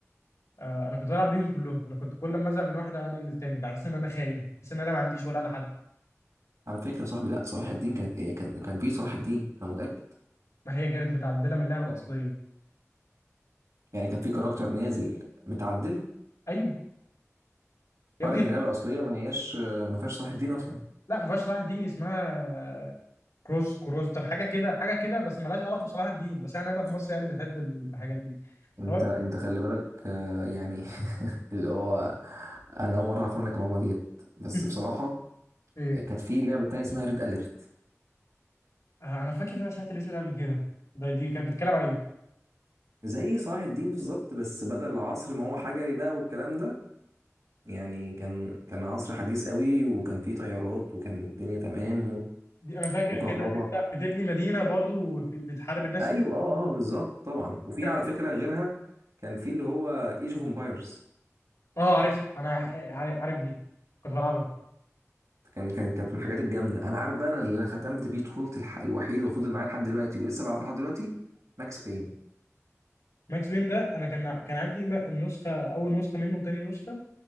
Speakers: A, on the left; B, on the right.
A: آه، انا كنت بلعب بيهم كلهم انا كنت كل ما ازهق من واحد اعمل للتاني بحس ان انا خاين بحس ان انا ما عنديش ولا لحد
B: على فكره يا صاحبي لا صلاح الدين كانت هي كان كان في صلاح الدين انا متاكد
A: ما هي كانت متعدله من اللعبه الاصليه
B: يعني كان في كاركتر نازل متعدل
A: ايوه يا
B: اه
A: ابني
B: لكن اللعبه الاصليه ما هياش ما فيهاش صلاح الدين اصلا
A: لا ما فيهاش صلاح الدين اسمها كروز كروستر حاجه كده حاجه كده بس ملهاش علاقه بصلاح الدين بس احنا هنا في مصر يعني بنحب الحاجات دي
B: انت
A: طب أقول
B: انت خلي بالك آه، يعني <laughs> اللي هو انا اول مره اعرف منك المعلومه ديت
A: <laughs>
B: بس
A: لك
B: بصراحه
A: ايه
B: كانت في لعبه تانية اسمها ريد اليرت
A: آه، انا فاكر ان انا سمعت الاسم ده قبل كده ده دي كانت بتتكلم على ايه
B: زي صلاح الدين بالظبط بس بدل عصر ما هو حجري بقى والكلام ده يعني كان كان عصر حديث قوي وكان فيه طيارات وكان الدنيا تمام و-
A: دي انا فاكر
B: وكهرباء
A: كده انت بتبني مدينه برضو وفي- بتحارب الناس
B: ايوه اه اه بالظبط طبعا وفي
A: التانية.
B: على فكره غيرها كان في اللي هو ايج اوف امبايرز
A: اه عارف انا ع- عارف دي كنت بلعبها
B: كان كانت كانت من الحاجات الجامده انا عارف بقى أنا اللي انا ختمت بيه طفولتي الح- الوحيده وفضل معايا لحد دلوقتي ولسه بلعبها لحد دلوقتي ماكس بين
A: ماكس بين ده انا كان كان عندي م- النسخه اول نسخه منه وتاني نسخه